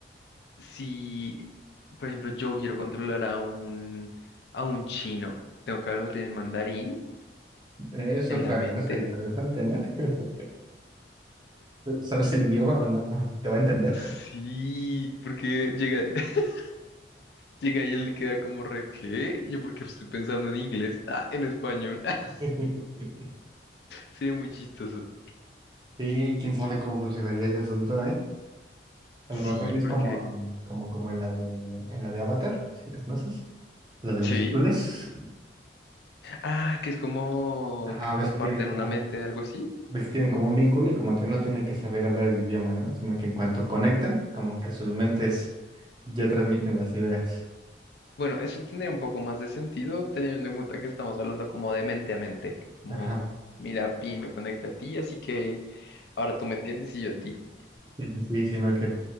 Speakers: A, on the left; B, on the right.
A: si, por ejemplo, yo quiero controlar a un, a un chino, tengo que hablar en mandarín,
B: Es
A: en
B: otra
A: la mente.
B: cosa interesante, ¿no? <laughs> ¿Sabes el idioma o no? ¿Te va a entender?
A: Sí, porque llega, <laughs> llega y él le queda como re, ¿qué? Yo porque estoy pensando en inglés, ah, en español. <laughs>
B: <laughs>
A: Sí, muy chistoso.
B: Sí, quién sabe cómo funcionaría ese asunto, ¿eh? A
A: Sí,
B: lo mejor es
A: porque,
B: como, um, como, como en la de, en la de Avatar, si lo conoces, la de los
A: sí.
B: azules.
A: Ah, que es como
B: Ajá,
A: que
B: ves
A: comparten
B: que tienen como
A: una
B: un
A: mente, algo así.
B: ves que tienen como un vínculo y como tal no tienen que saber hablar el idioma, ¿no? Sino que en cuanto conectan, como que sus mentes ya transmiten las ideas.
A: Bueno, eso tendría un poco más de sentido, teniendo en cuenta que estamos hablando como de mente a mente, como,
B: Ajá.
A: mira, Pi me conecta a ti, así que Ahora tú me entiendes y yo a ti.
B: Sí, sí, sí, sino que